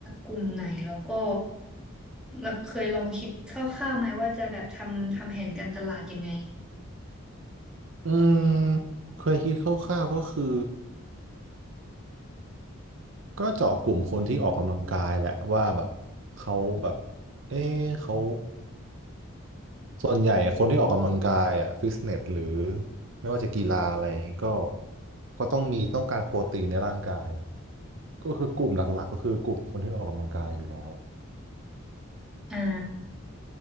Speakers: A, in the centre; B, on the right (about 65°).
A: กลุ่มไหนแล้วก็เราเคยลองคิดคร่าวๆไหมว่าจะแบบทำทำแผนการตลาดยังไง
B: อืมเคยคิดคร่าวๆก็คือก็เจาะกลุ่มคนที่ออกกำลังกายแหละว่าแบบเขาแบบเอ๊ะเขาส่วนใหญ่คนที่ออกกำลังกายอ่ะฟิตเนสหรือไม่ว่าจะกีฬาอะไรก็ก็ต้องมีต้องการโปรตีนในร่างกาย ก็คือกลุ่มหลักๆก็คือกลุ่มคนที่ออกกำลังกายอยู่แล้ว
A: อ่า